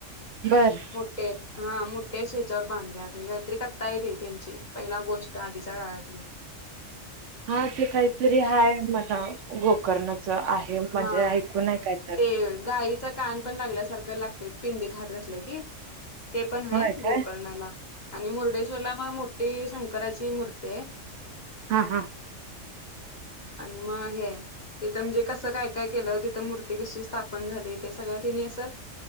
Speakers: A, on the right; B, on the left.
A: बर
B: मोठेेत हा मोठ्या शेच्यावर बांध्या आ काहीतरी कत्ता येते त्यांची पहिला गोष्ट आधीच्या काळातली
A: हा ते काहीतरी हाय म गोकर्णाचं आहे म्हणजे
B: हा
A: ऐकूनय हाय काय तर
B: ते गाईचा कान पण लागल्यासारखं लागत पिंडीत हात घातला की ते पण
A: होय
B: ह
A: काय
B: गोकर्णाला आणि मुर्डेश्वरला म मोठी शं शकराची मूर्ती हाय.
A: हा हा.
B: आणि मग हे तिथं म्हणजे कस काय काय केलं तिथं मूर्ती ती कशी स्थापन झाली ते सगळं त्यांनी असं